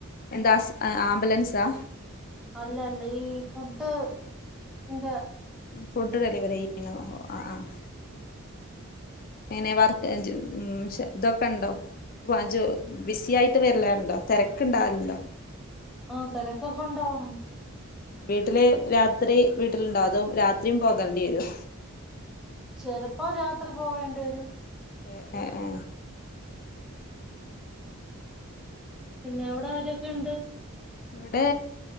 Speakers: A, on the left; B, in the centre.
A: എന്താ ഹസ് ആംബുലൻസാ
B: അല്ല അല്ല ഈ ഫുഡ് ന്റെ
A: ഫുഡ് ഡെലിവറി ചെയ്യണോ ആഹ് ആഹ് എങ്ങനെ വർക്ക് ഇത് ഒക്കെ ഒണ്ടോ ജ <unintelligible> ബിസി ആയിട്ട് വരില്ലാറുണ്ടോ തെരക്കുണ്ടാവലുണ്ടോ
B: ആ തെരക്കൊക്കെ ഒണ്ടാവാറുണ്ട്
A: വീട്ടില് രാത്രി വീട്ടിലുണ്ടാവതോ രാത്രിം പോകെണ്ടി വരോ
B: ചെലപ്പോ രാത്രി പോവേണ്ടി വരും
A: ഏ <unintelligible> ഏ
B: പിന്നെ അവിടെ ആരൊക്കെയുണ്ട്
A: ഇവിടെ